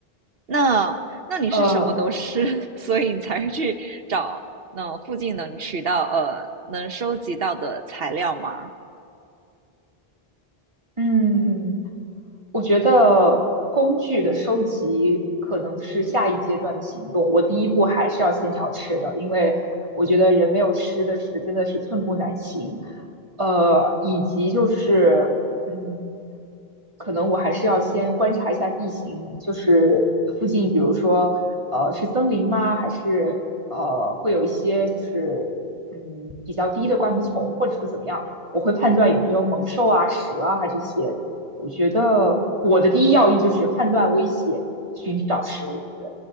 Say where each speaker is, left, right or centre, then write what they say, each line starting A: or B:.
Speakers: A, on the right (about 70°); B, on the right (about 30°).
A: 那那你是什么都吃，
B: 呃，
A: <laughs> 所以你才会去找那附近能取到呃能收集到的材料吗？
B: 嗯。我觉得工具的收集可能是下一阶段的行动。我第一步还是要先找吃的，因为我觉得人没有吃的是真的是寸步难行。呃，以及就是，嗯，可能我还是要先观察一下地形，就是附近，比如说，呃，是森林吗？还是呃，会有一些就是比较低的灌木丛，或者说怎么样，我会判断有没有猛兽啊、蛇啊这些。我觉得我的第一要义就是判断危险，寻找食物。对，